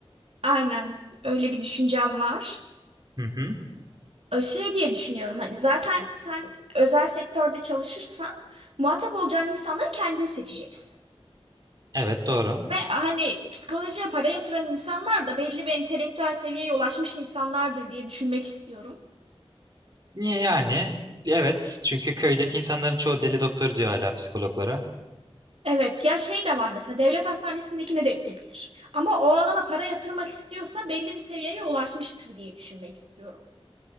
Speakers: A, on the right; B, on the right.
A: Aynen öyle bir düşüncem var.
B: Hı hı.
A: E, Şey diye düşünüyorum hani zaten sen özel sektörde çalışırsan muhatap olacağın insanları kendin seçeceksin.
B: Evet doğru.
A: Ve hani psikolojiye para yatıran insanlar da belli bir entelektüel seviyeye ulaşmış insanlardır diye düşünmek istiyorum.
B: Yani evet çünkü köydeki insanların çoğu deli doktor diyor hala psikologlara.
A: Evet ya şey de var mesela devlet hastanesindekine de gidebilir. Ama o alana para yatırmak istiyorsa belli bir seviyeye ulaşmıştır diye düşünmek istiyorum.